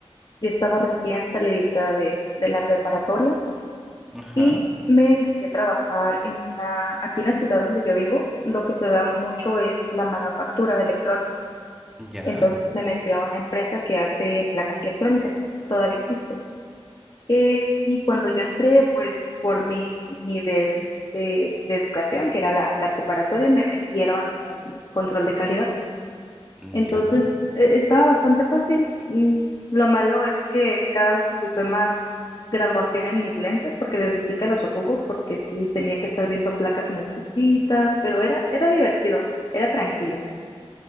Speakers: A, on the left; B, in the centre.
A: Yo estaba recién salidita de, de la preparatoria
B: Ajá,
A: y me metí a trabajar en una, aquí en la ciudad donde yo vivo, lo que se da mucho es la manufactura de electrónicos.
B: ya,
A: Entonces me metí a una empresa que hace placas electrónicas, todavía existe. Eh, y cuando yo entré, pues por mi nivel de, de educación, que era la, la preparatoria, me metieron en control de calidad.
B: mm,
A: Entonces
B: ya.
A: eh, estaba bastante fácil. Mm, Lo malo es que cada vez ocupé más graduación en mis lentes, porque desde chica los ocupo, porque sí tenía que estar viendo placas muy chiquitas, pero era, era divertido, era tranquilo.